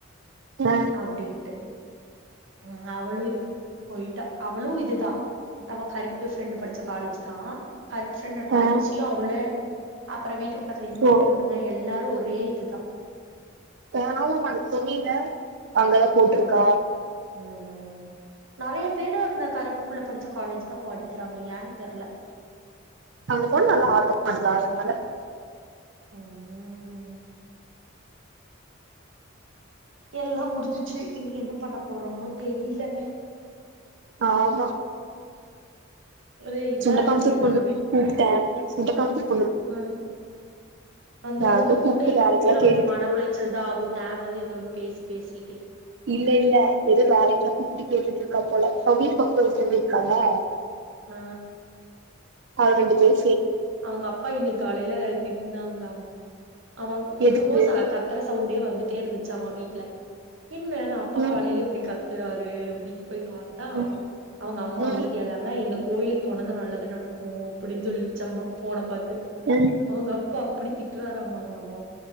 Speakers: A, on the right (about 60°); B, on the right (about 75°).
A: ஆ
B: அப்டின்ட்டு ம் அவளும் இது பண்ணி போயிட்டா அவளும் இதுதான் நம்ம கருப்பு ஃப்ரெண்டு் படிச்ச காலேஜ் தா கருப்பு ஃபிரிண்ட் ஒட
A: ஆ
B: தங்கச்சி அவுள <unintelligible> விட் பக்கத்துல இன்னொரு
A: ஓ
B: பொண்ணுங்க எல்லாரும் ஒரு ஒரே இதுதான்
A: <unintelligible> சொன்னீங்க அங்கதான் போட்டுருக்க
B: ஆம் ம் நெறைய பேரு அந்த கருப்பு புள்ள படிச்ச காலேஜ் தா படிக்கிறாங்க ஏன் தெர்ல
A: அங்க போனா நல்ல ஆட்டம் <unintelligible> அதனால
B: ம் எல்லா முடிஞ்சிச்சி இனி என்ன பண்ண போறோமோ தெரில
A: ஆமா
B: ஒரு இதா
A: சுண்டக்காம்புதூர்
B: இருக்கு எல்லாமே
A: பொண்ணுக் கூப்ட்ட சுண்டக்காம்புதூர்
B: ம் அந்த
A: யாருக்கோ
B: பொண்ணு கூப்ட்டா
A: கூப்ட்டு
B: இன்னுமே
A: வேலைக்குலா
B: நம்மளுக்கு
A: கேட்டுட்டு
B: மன உளைச்சல்தா ஆகு தேவலாத ஏதோ ஒன்னு பேசி பேசி
A: இல்ல இல்ல ஏதோ வேலைக்குல்லா கூப்புட்டு கேட்டுட்டு இருக்கா போல அவ வீட்டு பக்கோ ஒரு ஃப்ரெண்டு இருக்கால
B: ஆ
A: அவகிட்ட கேள்
B: அவங்க அப்பா இனி காலைல திட்னாங்களாமா அவங்க என்னமோ
A: எதுக்கு
B: ச கத்தர சவுண்டே வந்துட் ட்டே இருந்துச்சாமா வீட்ல என்ன அப்பா
A: ம்
B: காலைலயே இப்டி கத் துராரு அப்டி இப்போய் பாத்தா
A: ம்
B: அவங்க அம்மா
A: ம்
B: அமைதியா இல்லாம இந்த கோயிலுக்கு போனதா நல்லது நடக்கு அப்டின்னு சொல்லிருச்சாமா போனப் பாத்து
A: ம்
B: அவங்க அப்பா அப்டி திட்றாராமா உங்கம்மாவு